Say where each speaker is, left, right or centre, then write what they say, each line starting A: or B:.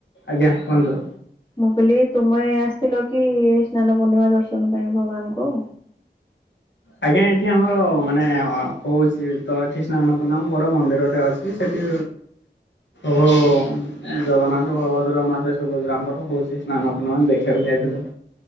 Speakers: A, on the left; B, on the left.
A: ଆଜ୍ଞା କୁହନ୍ତୁ?
B: ମୁଁ କହିଲି ତୁମେ ଆସିଥିଲ କି ସ୍ନାନ ପୂର୍ଣ୍ଣିମା ଦର୍ଶନ ପାଇଁ ଭଗବାନଙ୍କୁ?
A: ଆଜ୍ଞା ଏଠି ଆମର ମାନେ ହଉଛି ତ ଏଠି ସ୍ନାନ ପୂର୍ଣ୍ଣିମା ବଡ ମନ୍ଦିରଟେ ଅଛି। କି ସେଠି ହୋ ଜଗନ୍ନାଥ ବଳଭଦ୍ର ମାତା ସୁଭଦ୍ରାଙ୍କର ହଉଛି ସ୍ନାନ ପୂର୍ଣ୍ଣିମା ଦେଖିବାକୁ ଯାଇଥିଲୁ।